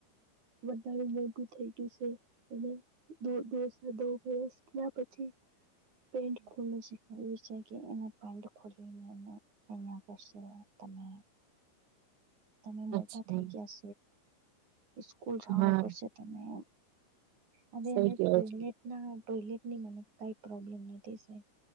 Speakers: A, on the right (about 35°); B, on the right (about 85°).
A: વધારે મોઘું થઈ ગયું છે અને દો દો વસ ના પછી પેન્ટ ખોલુશે. એવું છે કે એનો પેન્ટ ખોલીને અહિયાં કરશો તમે. તમે મોટા
B: અચ્છા
A: થઈ ગયા છો સ્કૂલ જવાનું
B: હા
A: પડશે. અને અવે
B: સઈ
A: એને ટોટ
B: કેવો છે
A: <unintelligible> ના ટોઇલેટ ની મને કઈ પ્રોબ્લેમ નથી.